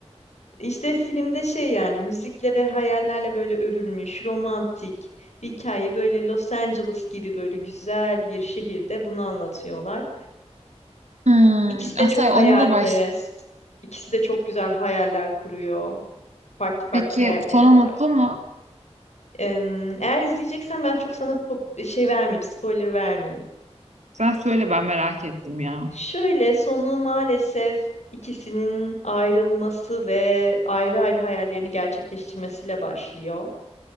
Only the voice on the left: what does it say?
İşte filmde şey yani müzikle ve hayallerle böyle örülmüş, romantik bir hikaye. Böyle Los Angeles gibi böyle güzel bir şehirde bunu anlatıyorlar.
İkisi de
çok hayalperest.
İkisi de çok güzel hayaller kuruyor. Farklı farklı
hayalleri
var.
Em, Eğer izleyeceksen ben çok sana pop- şey vermeyeyim, spoiler vermeyeyim.
Şöyle sonu maalesef ikisinin ayrılması ve ayrı ayrı hayallerini gerçekleştirmesiyle başlıyor.